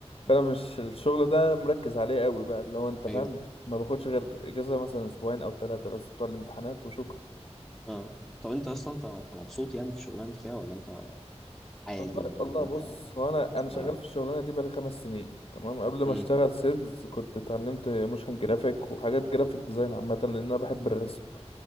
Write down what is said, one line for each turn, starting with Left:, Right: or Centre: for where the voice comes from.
Left: فانا مش الشغل ده مركز عليه قوي بقى لو انت
Centre: ايوه
Left: فاهم ما باخدش غير اجازة مثلا اسبوعين او ثلاثة بس بتوع الامتحانات وشكرا
Centre: اه طب انت اصلا انت انت مبسوط يعني في الشغلانه انت فيها ولا انت عادي
Left: والله والله
Centre: ولا
Left: بص
Centre: انت
Left: هو انا انا
Centre: صغيره
Left: شغال في الشغلانه دي بقالي خمس سنين تمام قبل ما
Centre: امم
Left: اشتغل سيلز كنت اتعلمت موشن جرافيك وحاجات جرافيك ديزاين عامه لان انا بحب الرسم